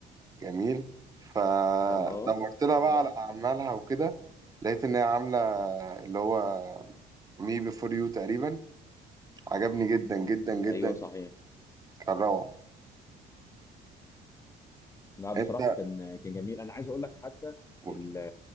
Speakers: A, on the right; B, on the left.
A: جميل فدورت
B: اه
A: لها بقى
B: طبعا
A: على اعمالها وكده
B: طبعاً.
A: لقيت ان هي عامله اللي هو مي بيفور يو تقريبا عجبني جدا جدا جدا
B: ايوه صحيح
A: كان روعه
B: لا بصراحة
A: انت
B: كان كان جميل أنا عايز أقول لك حتى
A: قول
B: ال-